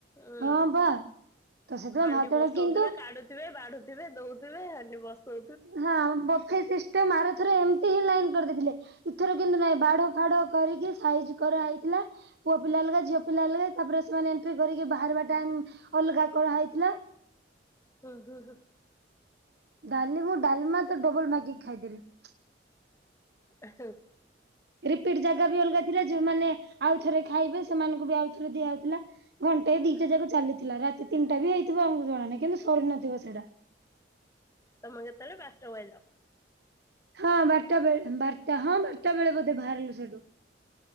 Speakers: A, on the left; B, on the right.
A: ଉଁ
B: ହଁ ବା। ତ ସେଥିପାଇଁ
A: ହାଣ୍ଡି
B: ଭାତଟା
A: ବସଉଥିବେ
B: କିନ୍ତୁ
A: କାଢୁଥିବେ ବାଢୁଥିବେ ଦଉଥିବେ ହାଣ୍ଡି ବସଉ
B: ହଁ ବଫେସିଷ୍ଟମ୍ ଆର ଥର ଏମିତି ହିଁ ଲାଇନ୍ କରିଦେଇଥିଲେ। ଏଥର କିନ୍ତୁ ନାଇଁ ବାଡ ବାଡ କରିକି ସାଇଜ କରାଯାଇଥିଲା। ପୁଅ ପିଲା ଅଲଗା ଝିଅ ପିଲା ଅଲଗା ତାପରେ ସେମାନେ ଏଣ୍ଟ୍ରି କରିକି ବାହାରିବା ଟାଇମ୍ ଅଲଗା କରାହେଇଥିଲା।
A: ହୁଁ ହୁଁ ହୁଁ।
B: କାଲି ମୁଁ ଡାଲିମା ତ ଡବଲ ମାଗିକି ଖାଇଦେଲି।
A: ହ <unintelligible>
B: ରିପିଟି ଜାଗା ବି ଅଲଗା ଥିଲା ଯୋଉମାନେ ଆଉ ଥରେ ଖାଇବେ ସେମାନଙ୍କୁ ବି ଆଉଥରେ ଦିଆହଉଥିଲା। ଘଣ୍ଟା ଦିଟା ଯାକ ଚାଲିଥିଲା ରାତି ତିନିଟା ବି ହେଇଥିବ ଆମକୁ ଜଣାନାହି କିନ୍ତୁ ସରୁନଥିବ ସେଇଟା।
A: ତମେ କେତେବେଳେ ଭାତବାଢିଲ।
B: ହଁ ବାରଟା ବେଳେ ବାରଟା ହଁ ବାରଟା ବେଳେ ବୋଧେ ବାହାରିଲୁ ସେଠୁ।